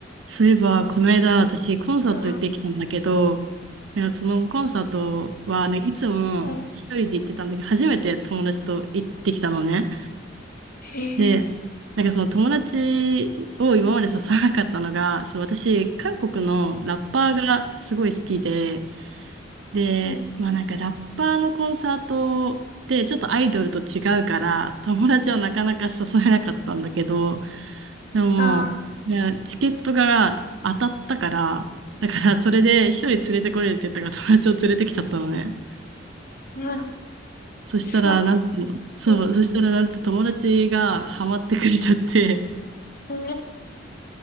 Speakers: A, on the right; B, on the left.
A: そういえば、この間、私、コンサート行ってきたんだけど、
B: うん
A: いやそのコンサートは、ね、いつも一人で行ってたんだけど、
B: うん
A: 初めて友達と行ってきたのね。
B: えー
A: で、なんかその友達を今まで誘わなかったのが、そう私、韓国のラッパーがすごい好きで、で、
B: うん
A: まあなんかラッパーのコンサートってちょっとアイドルと違うから友達はなかなか誘えなかったんだけど、でも、
B: あー
A: いやチケットが当たったから、だからそれで一人連れてこれるって言ったから友達を連れてきちゃったのね。
B: う
A: そしたらなんと、
B: んそうなん
A: そう、
B: う
A: そしたらなんと友達がハマってくれちゃって、
B: んうん